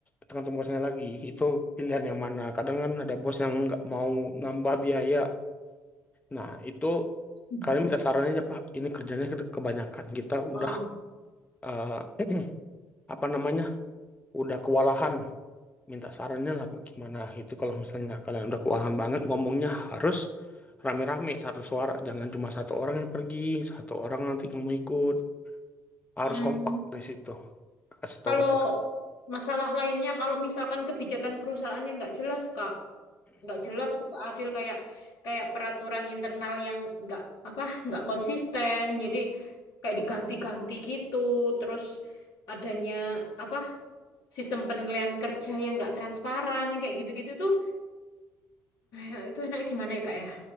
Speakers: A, on the left; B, on the left.
A: tergantung bosnya lagi. Itu pilihan yang mana. Kadang kan ada bos yang nggak mau nambah biaya. Nah, itu
B: Hmm.
A: kalian minta saran aja, Pak. Ini kerjanya ke- kebanyakan. Kita
B: Oh.
A: udah eh, <clears throat> apa namanya? Udah kewalahan. minta sarannya lah Pak gimana itu kalau misalnya kalian udah keuangan banget ngomongnya harus rame-rame satu suara jangan cuma satu orang yang pergi satu orang nanti kamu ikut harus
B: Hmm.
A: kompak di situ kasih tahu
B: Kalau
A: ke bos
B: masalah lainnya, kalau misalkan kebijakan perusahaannya nggak jelas, Kak, nggak jelas, nggak adil kayak kayak peraturan internal yang nggak apa, nggak konsisten, jadi kayak diganti-ganti gitu, terus adanya apa sistem penilaian kerja yang nggak transparan, yang kayak gitu-gitu tuh, eh, itu enaknya gimana ya, Kak ya?